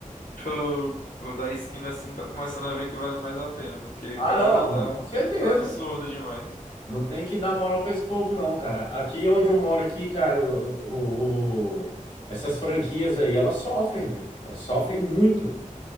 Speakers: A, on the left (about 75°); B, on the left (about 40°).
A: pro o da esquina assim, tá começando a ver que vale mais a pena, porque,
B: Ah,
A: cara,
B: não,
A: tá,
B: não, com certeza.
A: tá absurdo demais.
B: Não tem que dar moral pra esse povo, não, cara. Aqui onde eu moro aqui, cara, o, o- o- essas franquias aí, elas sofrem, velho. Elas sofrem muito.